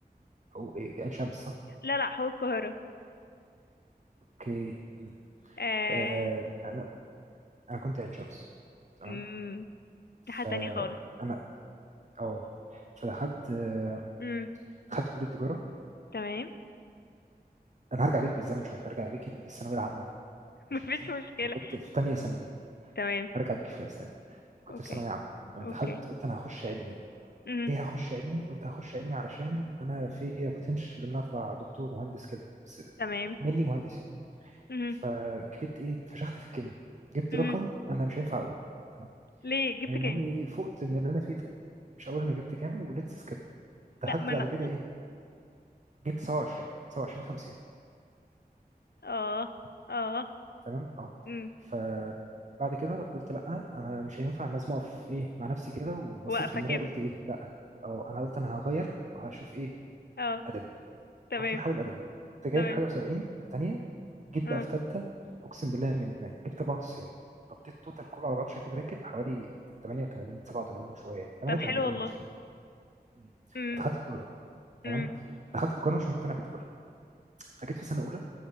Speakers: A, on the right (about 45°); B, on the left (about 75°).
A: او ايه عين شمس صح؟
B: لا لا حقوق القاهره
A: اوكي م.
B: <laughs> آه...
A: أه انا انا كنت عين شمس تمام
B: امم
A: فانا
B: دي حاجه تانية خالص
A: اه فدخلت آه،
B: امم
A: دخلت كليه تجاره
B: تمام
A: انا هرجع بيك بالزمن شويه هرجع بيك للثانويه العامه
B: <laughs>
A: ماشي
B: مفيش مشكله
A: انا كنت في تانية ثانوي
B: تمام
A: هرجع بيك شويه استنى كنت
B: اوكي
A: في ثانويه عامه تمام؟
B: اوكي
A: دخلت قلت انا هخش علمي
B: مهم.
A: ليه هخش علمي قلت هخش علمي علشان انا في بوتنشال ان أنا اطلع دكتور مهندس كده بس
B: تمام
A: مينلي مهندس يعني
B: مهم.
A: فجيت ايه اتفشخت في الكيمياء جبت
B: مهم.
A: رقم انا مش هينفع اقوله تمام؟
B: ليه جبت
A: يعني المهم
B: كام
A: ايه فقت من اللي انا فيه ده مش هقول انا جبت كام وليتس سكيب دخلت
B: لا ما انا
A: بعد كده ايه جبت 27 27 50
B: <laughs> اه اه
A: تمام اه
B: امم
A: فبعد كده قلت لا انا مش هينفع لازم اقف ايه مع نفسي كده وبصيت
B: واقفة
A: في المرايه
B: كده
A: قلت ايه لا اه انا قلت انا هغير وهشوف ايه
B: اه
A: ادبي
B: تمام
A: رحت محاول ادبي كنت جايب
B: تمام
A: حاجه و70 تانية جيت
B: اه
A: بقى في ثالثه اقسم بالله من هناك جبت 94 نطيت توتال كله على بعضه شاكب راكب حوالي 88 87 وشويه 88
B: طب حلو
A: اولموست
B: والله
A: يعني مم.
B: امم
A: فدخلت تجاره تمام
B: امم
A: دخلت تجاره مش مقتنع بتجاره فجيت في سنه اولى